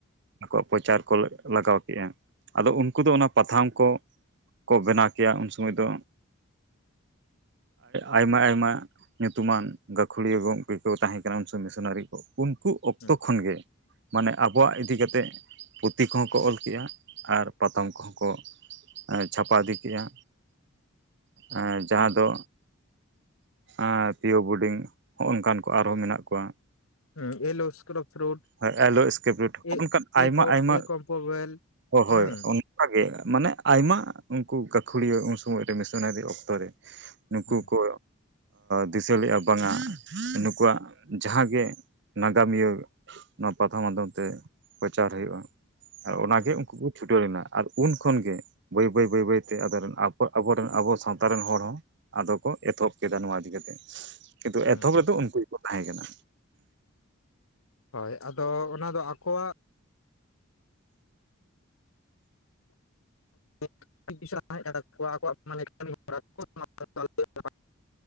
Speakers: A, on the right; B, on the left.
A: ᱟᱠᱚᱣᱟᱜ ᱯᱨᱚᱪᱟᱨ ᱠᱚ ᱞᱟᱜᱟᱣ ᱠᱮᱫᱟ ᱟᱫᱚ ᱩᱱᱠᱩ ᱫᱚ ᱚᱱᱟ ᱯᱟᱛᱷᱟᱢ ᱠᱚ ᱠᱚ ᱵᱮᱱᱟᱣ ᱠᱮᱭᱟ ᱩᱱ ᱥᱚᱢᱚᱭ ᱫᱚ ᱟᱭᱢᱟ ᱟᱭᱢᱟ ᱧᱩᱛᱩᱢᱟᱱ ᱜᱟᱹᱠᱷᱩᱲᱤᱭᱟᱹ ᱜᱚᱢᱠᱮ ᱠᱚ ᱛᱟᱦᱮᱸ ᱠᱟᱱᱟ ᱩᱱ ᱥᱚᱢᱚᱭ ᱢᱤᱥᱚᱱᱟᱨᱤ ᱠᱚ ᱩᱱ ᱠᱩ ᱚᱠᱛᱚ
B: ᱦᱩᱸ
A: ᱠᱷᱚᱱ ᱜᱮ ᱢᱟᱱᱮ ᱟᱵᱚᱣᱟᱜ ᱤᱫᱤ ᱠᱟᱛᱮᱮᱫ ᱯᱩᱛᱷᱤ ᱠᱚᱦᱚᱸ ᱠᱚ ᱚᱞ ᱠᱮᱜᱼᱟ ᱟᱨ ᱯᱟᱛᱚᱢ ᱠᱚᱦᱚᱸ ᱠᱚ ᱪᱷᱟᱯᱟ ᱤᱫᱤ ᱠᱮᱜᱼᱟ ᱮ ᱡᱟᱦᱟᱸ
B: ᱦᱩᱸ
A: ᱫᱚ ᱟᱸ ᱯᱤᱭᱤᱭᱳ ᱵᱳᱰᱤᱝ ᱦᱚᱸᱜᱚᱝᱠᱟᱱ ᱠᱚ ᱟᱨᱦᱚᱸ ᱢᱮᱱᱟᱜ ᱠᱚᱣᱟ᱾
B: ᱦᱩᱸ ᱮᱞᱳ ᱥᱠᱨᱚᱯ ᱯᱷᱨᱩᱴ
A: ᱦᱟᱸ ᱮᱞ ᱳ ᱤᱥᱠᱤᱵᱨᱩᱴ ᱦᱚᱸᱜᱼ
B: ᱮ
A: ᱱᱚᱝᱠᱟᱱ ᱟᱭᱢᱟ
B: ᱮ ᱠᱚ
A: ᱟᱭᱢᱟ
B: <unintelligible>
A: ᱚ
B: ᱦᱩᱸ
A: ᱦᱳᱭ ᱚᱱ ᱚᱱᱠᱟᱜᱮ ᱢᱟᱱᱮ ᱟᱭᱢᱟ ᱩᱱᱠᱩ ᱜᱟᱹᱠᱷᱩᱲᱤᱭᱟᱹ ᱩᱱ ᱥᱚᱢᱚᱭ ᱨᱮ ᱢᱮᱤᱥᱚᱱᱟᱨᱤ ᱚᱠᱛᱚ ᱨᱮ ᱱᱩᱠᱩ
B: ᱦᱩᱸ
A: ᱠᱚ ᱫᱤᱥᱟᱹ ᱞᱮᱫᱼᱟ ᱵᱟᱝᱟ ᱱᱩᱠᱩᱣᱟᱜ ᱡᱟᱦᱟᱸ‌ ᱜᱮ ᱱᱟᱜᱟᱢᱤᱭᱟᱹ ᱱᱚᱣᱟ ᱯᱟᱛᱷᱟ ᱢᱟᱫᱽᱫᱷᱚᱢ ᱛᱮ ᱯᱨᱚᱪᱟᱨ ᱦᱩᱭᱩᱜᱭᱼᱟ ᱟᱨ ᱚᱱᱟᱜᱤ
B: ᱦᱩᱸ
A: ᱩᱱᱠᱩ ᱠᱩ ᱪᱷᱩᱴᱟᱹᱣᱱᱟ᱾ ᱟᱨ ᱩᱱ ᱠᱷᱚᱱ ᱜᱮ ᱵᱟᱹᱭ ᱵᱟᱹᱭ ᱵᱟᱹᱭ ᱵᱟᱹᱭ ᱛᱮ ᱟᱵ ᱟᱵᱚᱨᱮᱱ ᱟᱵᱚ ᱥᱟᱶᱛᱟ ᱨᱮᱱ ᱦᱚᱲ ᱦᱚᱸ᱾ ᱟᱫᱚ ᱠᱚ ᱮᱛᱚᱦᱚᱵ ᱠᱮᱫᱟ ᱱᱚᱣᱟ ᱤᱫᱤ ᱠᱟᱛᱮᱜ ᱠᱤᱱᱛᱩ
B: ᱦᱩᱸ
A: ᱮᱛᱚᱦᱚᱵ ᱨᱮᱫᱚ ᱩᱱᱠᱩ ᱜᱮᱠᱚ ᱛᱟᱸᱦ ᱠᱟᱱᱟ᱾
B: ᱦᱳᱭ ᱟᱫᱚ ᱚᱱᱟ ᱫᱚ ᱟᱠᱚᱣᱟᱜ <unintelligible>